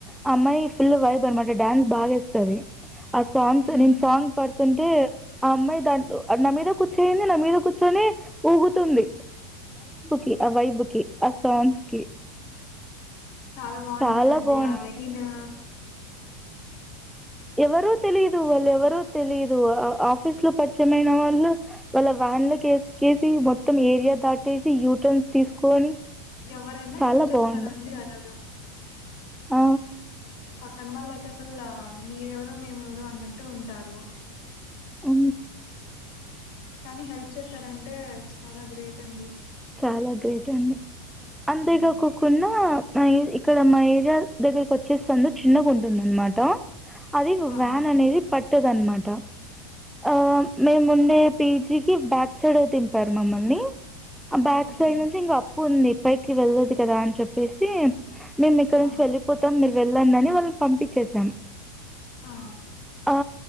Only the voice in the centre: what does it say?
ఆ అమ్మాయి ఫుల్ వైబ్ అనమాట డాన్స్ బాగా వేస్తది ఆ సాంగ్స్
నిమ్ సాంగ్ పర్ కంటే ఆ అమ్మాయి దా నా మీద కూర్చోయుంది నా మీద కూర్చొని ఊగుతుంది కి అవైబ్ కి ఆ సాంగ్స్ కి
చాలా బాగున్నాయి
ఎవరు తెలియదు వాళ్ళు ఎవరు తెలియదు ఆఫీస్ లో పర్చమైన వాళ్ళు వాళ్ళ వ్యాన్ లో వేసుకేసి మొత్తం ఏరియా దాటేసి యూటన్స్ తీసుకొని
చాలా
బాగుండే
ఆ
ఊ
చాలా గ్రేట్ అండి అంతే
కాకోకున్న ఆ ఏది ఇక్కడ మా ఏరియా దగ్గరకి వచ్చేసందు చిన్నగా ఉంటుంద అన్నమాట. అది
వ్యాన్ అనేది పట్ ట్టద్ అనమాట ఆ మేము ముండే పీ జి కిి బ్యాక్ సైడ్ అ దింపారు మమ్మల్ని ఆ బ్యాక్
సైడ్ నుంచి ఇంకా ఉంది పైకి వెళ్ళదు కదా అని చెప్పేసి మేము ఇక్కడి
నుంచి వెళ్ళిపోతం మీర్ వెళ్ళండి అని వాళ్ పంపించేసాం
ఆ